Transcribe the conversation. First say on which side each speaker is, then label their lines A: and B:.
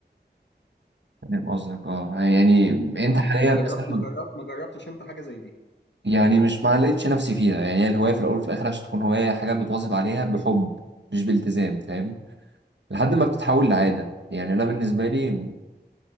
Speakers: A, on the right; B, on the left.
A: فاهم قصدك اه يعني انت
B: آه،
A: حاليا
B: ما جربت
A: مثلا
B: ما جربت ما جربتش انت حاجة زي دي
A: يعني مش ما لقيتش نفسي فيها يعني هي الهواية في الأول وفي الآخر عشان تكون هواية حاجة بتواظب عليها بحب مش بالتزام فاهم لحد ما بتتحول لعادة يعني أنا بالنسبة لي